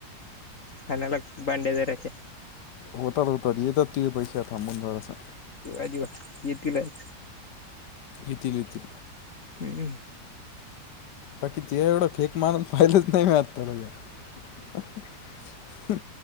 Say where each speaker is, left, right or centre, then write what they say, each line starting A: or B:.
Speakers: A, on the left; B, on the left.
A: हलाग बांडे जरच्या.
B: होतल होतल य तर तो पैसा थबवून झारे..
A: अजीबा येतीलच.
B: इथ रितील.
A: हम्मं.
B: बाकी ते एवढं फेक माणूस पाहिलेच नाही म आताला. तर